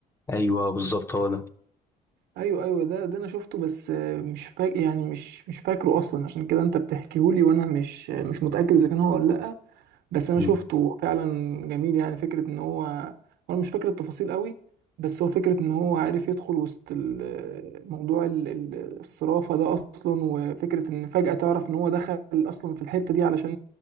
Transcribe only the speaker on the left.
أيوه بالظبط هو ده
مم.